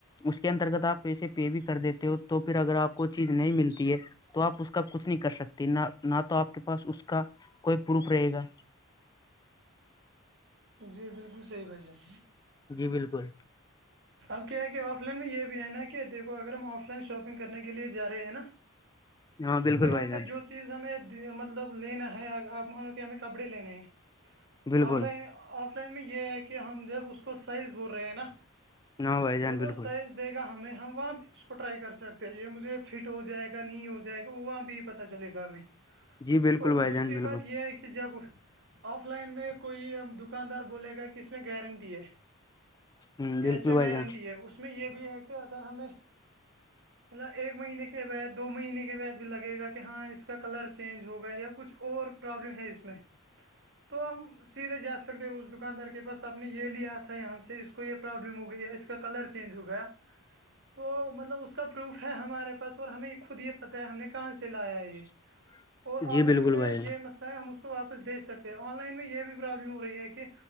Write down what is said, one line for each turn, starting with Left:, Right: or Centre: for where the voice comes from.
Left: اس کے انترگت آپ پیسے پے بھی کر دیتے ہو تو پھر اگر آپ کو چیز نہیں ملتی ہے تو آپ اس کا کچھ نہیں کر سکتے نہ نہ تو آپ کے پاس اس کا کوئی پروف رہے گا
Right: جی بالکل صحیح بھائی جان
Left: جی بالکل
Right: اب کیا کہ آف لائن میں یہ بھی ہے نا کہ دیکھو اگر ہم آف لائن شاپنگ کرنے کے لیے جا رہے ہیں نا
Left: ہاں بالکل بھائی
Right: یہاں
Left: جان
Right: پہ جو چیز ہمیں مطلب لینا ہے آپ مانو کہ ہمیں کپڑے لینے ہیں
Left: بالکل
Right: آف لائن آف لائن میں یہ ہے کہ ہم جب اس کو سائز بول رہے ہیں نا
Left: ہاں بھائی جان
Right: جب
Left: بالکل
Right: وہ سائز دے گا ہمیں ہم وہاں اس کو ٹرائی کر سکتے ہیں یہ مجھے فٹ ہو جائے گا نہیں ہو جائے گا وہاں بھی پتا چلے گا ہمیں
Left: جی بالکل
Right: اور
Left: بھائی
Right: دوسری
Left: جان بالکل
Right: بات یہ ہے کہ کہ جب آف لائن میں کوئی اب دکاندار بولے گا کہ اس میں گارنٹی ہے
Left: ہ
Right: یا
Left: بالکل
Right: اس میں
Left: بھائی
Right: وارنٹی
Left: جان
Right: ہے اس میں یہ بھی ہے کہ اگر ہمیں
Left: <unintelligible>
Right: مطلب ایک مہینے کے بعد دو مہینے کے بعد بھی لگے گا کہ ہاں اس کا کلر چینج ہوگا یا کچھ اور پرابلم ہے اس میں تو ہم سیدھے جا سکتے اس دکاندار کے پاس آپ نے یہ لیا تھا یہاں سے اس کو یہ پروابلم ہو گئی ہے اس کا کلر چینج ہو گیا تو مطلب اس کا پروف ہے ہمارے پاس اور ہمیں یہ خود یہ پتہ ہے ہم نے کہاں سے لایا ہے یہ
Left: <unintelligible>
Right: اور آن لائن میں
Left: بھائی جان
Right: یہ مسئلہ ہے ہم اس کو واپس دے سکتے ہیں آن لائن میں یہ بھی پرابلم ہو رہی ہے کہ